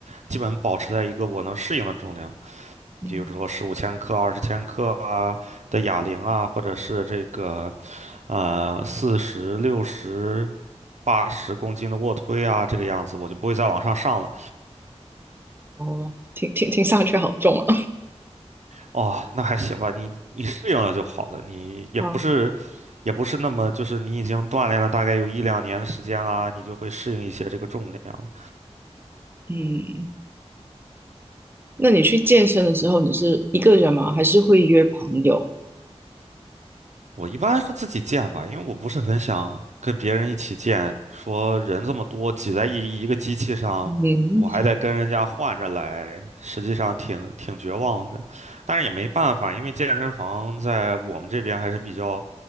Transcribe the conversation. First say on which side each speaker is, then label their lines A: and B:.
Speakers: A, on the right; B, on the right.
A: 基本保持在一个我能适应的重量，
B: 嗯，
A: 比如说十五千克、二十千克啊的哑铃啊，或者是这个呃四十、六十、八十公斤的卧推啊，这个样子，我就不会再往上上了。
B: 哦，听听听上去好重啊。
A: 哦，那还行吧，你你适应了就好了，你也不是，
B: <laughs> 啊，
A: 也不是那么，就是你已经锻炼了大概有一两年的时间啦，你就会适应一些这个重量了。
B: 嗯。那你去健身的时候，你是一个人吗？还是会约朋友？
A: 我一般是自己健吧，因为我不是很想跟别人一起健，说人这么多挤在一一个机器上，
B: 嗯，
A: 我还得跟人家换着来，实际上挺挺绝望的。但是也没办法，因为健身房在我们这边还是比较。